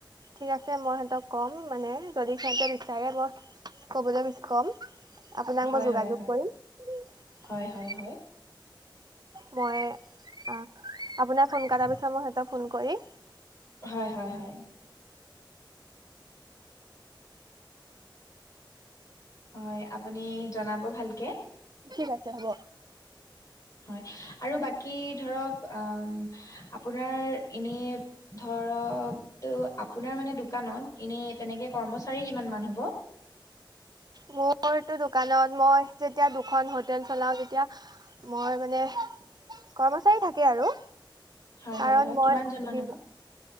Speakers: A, on the right; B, on the left.
A: ঠিক আছে মই সিহঁতক ক'ম মানে যদি সিহঁতে বিচাৰে মই ক'বলৈ ক'ম আপোনাক
B: হয়
A: মই যোগাযোগ
B: হয় হয়
A: কৰিম
B: হয় হয় হয়
A: মই অ আপোনাক ফোন কট পিছাৰ মই সিহঁতক ফোন কৰি
B: হয় হয় হয় হয় আপুনি জনাব ভালকে
A: ঠিক আছে হ'ব।
B: হয়, আৰু বাকী ধৰক অম আপোনাৰ এনে ধ ধৰক টো আপোনাৰ মানে দোকানত এনে তেনেকে কৰ্মচাৰী কিমান মান হ'ব?
A: মুৰ মূৰটো দোকানত মই যেতিয়া দুখন হোটেল চলাওঁ তেতিয়া মই মানে কৰ্মচাৰী থাকে আৰু,
B: হয়
A: কাৰণ
B: হয় হয়
A: মই
B: কিমানজন
A: এ
B: মান হ'ব?